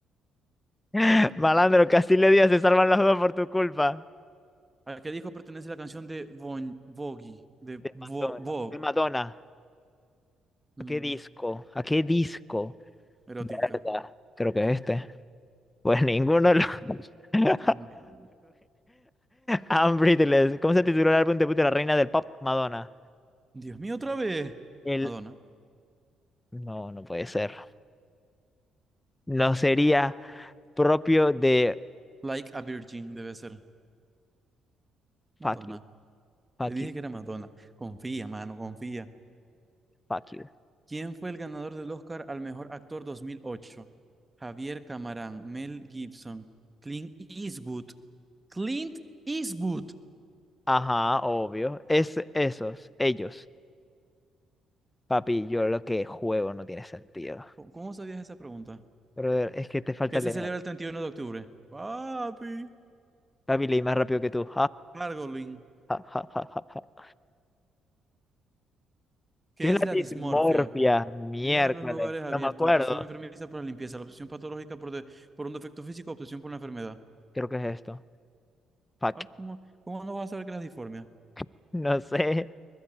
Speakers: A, on the left; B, on the right.
A: <laughs> Malandro, Castile Díaz se salvan los dos por tu culpa.
B: ¿A qué disco pertenece la canción de Bon Vogue? De
A: De
B: Bo,
A: Madonna.
B: Bo-
A: De Madonna.
B: mm,
A: ¿A qué disco? ¿A qué disco?
B: erótica.
A: ¿Verdad? Creo que es este. Pues ninguno lo... <laughs>
B: Dios mío.
A: I'm Breathless. ¿Cómo se tituló el álbum debut de la reina del pop, Madonna?
B: Dios mío, otra vez.
A: El...
B: Madonna.
A: No, no puede ser. No sería propio de...
B: Like a Virgin debe ser. Madonna.
A: Fuck you, fuck
B: Te dije
A: you,
B: que era Madonna. Confía, mano, confía.
A: fuck you.
B: ¿Quién fue el ganador del Oscar al mejor actor 2008? Javier Camarán, Mel Gibson, Clint Eastwood. Clint Eastwood.
A: Ajá, obvio. Es esos, ellos. Papi, yo lo que juego no tiene sentido.
B: ¿Cómo, cómo sabías esa pregunta?
A: Brother, es que te falta
B: ¿Qué
A: leer.
B: se celebra el 31 de octubre? Papi.
A: Papi, leí más rápido que tú.
B: Gargling.
A: <laughs>
B: ¿Qué
A: ¿Qué es
B: es
A: la
B: la
A: dimorfia?
B: dismorfia?
A: Miércoles.
B: Miedo a los lugares abiertos.
A: No me acuerdo.
B: Obsesión enfermiza por la limpieza. La obsesión patológica por, de- por un defecto físico. Obsesión por una enfermedad.
A: Creo que es esto. Fuck.
B: Papi, ¿cómo, cómo no vas a saber qué es la disformia?
A: <laughs> No sé.